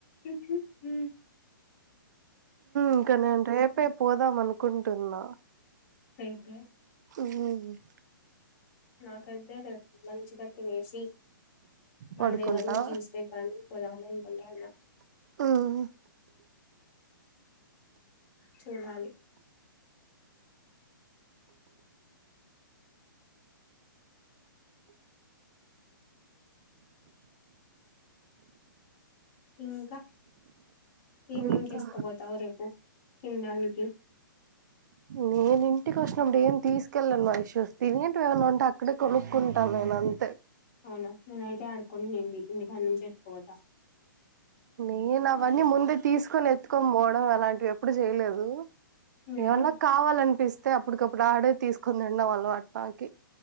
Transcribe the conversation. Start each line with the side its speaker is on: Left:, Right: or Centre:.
Left: హ్మ్మ్
Right: ఇంకా నేను రేపే పోదామనుకు కుంటున్నా
Left: రేపే
Right: హ్మ్మ్
Left: నాకైతే రెపు మంచిగా తినేసి మండే
Right: పడుకుంటా
Left: కాగాని ట్యూస్డే కాని పోదామ ఇ ఉంటాన్న
Right: హ్మ్
Left: చూడాలి ఇంకా ఏమేం ఏం
Right: ఇంకా
Left: తీసుకోపోతావు రేపు తినడానికి
Right: నేను ఇంటికి వచ్చినప్పుడు ఏం తీసుకెళ్ళను మా ఇష్యూస్ తిినేంటివి ఏమన్నా ఉంటే అక్కడే కొనుక్కుంటాను నేను అంతే
Left: అవునా నేన అయితే ఆడుకోం నేంది ఇంటికని నుంచి ఎతుకోతా
Right: నేను అవన్నీ ముందే తీసుకొని ఎత్తుకొని పోవడం అలాంటివి ఎప్పుడు చేయలేదు
Left: అవునా
Right: ఏమన్నా కావాలనిపిస్తంది ే అప్పటికప్పుడు ఆడేవి తీసుకునిండా వాళ్ళు అట్మాకి